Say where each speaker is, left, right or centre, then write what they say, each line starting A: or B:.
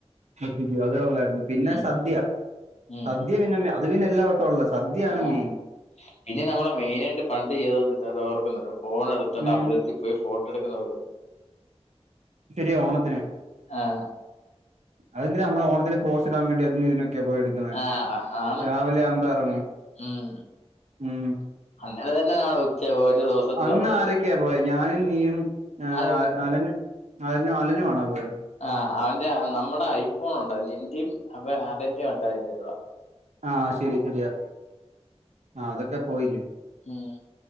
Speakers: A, on the right (about 90°); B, on the left (about 75°).
A: പ്പിക്കൂ അതേ ഉള്ളതായിരുന്നു പിന്നെ
B: ഉം
A: സദ്യ
B: ഉം
A: സദ്യ പിന്നെ അത് പിന്നെ എല്ലാ വട്ടവും ഉള്ള സദ്യയാണ്
B: ആഹ്
A: മെയിൻ
B: പിന്നെ നമ്മള മെയിന ആയിട്ട് പണ്ട് ചെയ്തോണ്ട് ഇരന്ന ഓർക്കുന്നുണ്ടൊ ഫോൺ എടുത്തോണ്ട്
A: ഉം
B: അമ്പലത്തിൽ പോയി ഫോട്ടോ എടുക്കുന്ന
A: ശരിയാ ഓണത്തിന്
B: ആഹ്
A: അത് എന്തിനാ നമ്മള് ഓണത്തിന് പോസ്റ്റ് ഇടാൻ വേണ്ടി അതിന് ഇതിനൊക്കെ പോയത് ക്കന്ന
B: ആഹ് ആണ്
A: രാവിലെ ആവുമ്പോ ഇറങ്ങും
B: ഉം
A: ഉം
B: അങ്ങനെ തന്നെ നമ്മടെ ഉച്ചയാവും ഒരു
A: അന്ന്
B: സമയം
A: ആരൊക്കെയാ
B: പോകും
A: പോയ ഞാനും നീയും
B: അല്ലല്ലോ
A: അല അലും അലനും ആണോ പോയെ
B: ആ അവന്റെ നമ്മുടെ ഐഫോൺ ഉണ്ടായി നിന്റേം അ അവന്റേം ഉണ്ടായിരുന്നെ
A: ആഹ് ശരി ശെരിയാ ആ അതൊക്കെ പോയിലെ
B: ഉം